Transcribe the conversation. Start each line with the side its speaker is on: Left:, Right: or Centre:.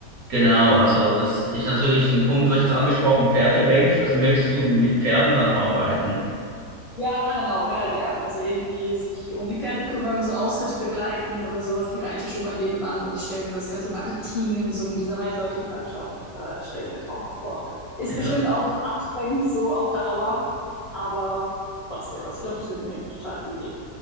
Right: Genau, also das ist natürlich ein Punkt, du hast jetzt angesprochen, Pferderange. Also möchtest du mit Pferden dann arbeiten?
Left: Ja, genau, mega gern. Also irgendwie sich um die Pferde kümmern, so Ausritte begleiten oder sowas. Ich reite schon mein Leben lang und ich stelle mir das gerade in Argentinien, so mit dieser weitläufigen Landschaft, äh, stelle ich mir traumhaft vor. Ist
Right: Ja,
Left: bestimmt auch anstrengend so auf Dauer, aber trotzdem. Also ich glaube, das wird mir irgendwie total viel geben.